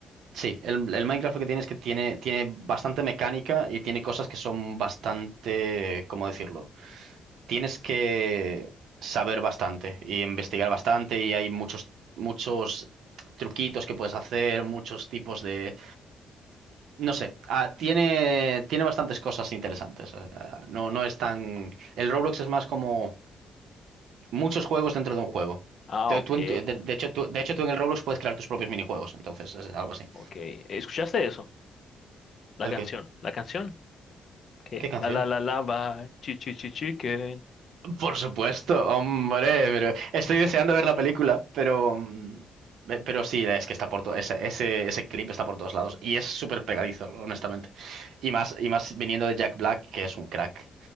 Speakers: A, on the right; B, on the left.
A: Sí, el, el Minecraft que tiene es que tiene, tiene bastante mecánica y tiene cosas que son bastante, ¿cómo decirlo? Tienes que saber bastante y investigar bastante y hay muchos, muchos truquitos que puedes hacer, muchos tipos de... No sé, ah, tiene, tiene bastantes cosas interesantes. Ah, no, no es tan... El Roblox es más como muchos juegos dentro de un juego.
B: Ah,
A: Te-
B: ok,
A: tú en tu- de, de hecho, tú, de hecho, tú en el Roblox puedes crear tus propios minijuegos, entonces es algo así.
B: ok. ¿Escuchaste eso? La
A: ¿El
B: canción,
A: qué?
B: la canción. que
A: ¿Qué canción?
B: La la la lava, chi chi chi chicken.
A: Por supuesto, hombre, pero estoy deseando ver la película, pero, mm, eh, pero sí, es que está por todo, ese, ese, ese clip está por todos lados y es súper pegadizo, honestamente. Y más, y más viniendo de Jack Black, que es un crack.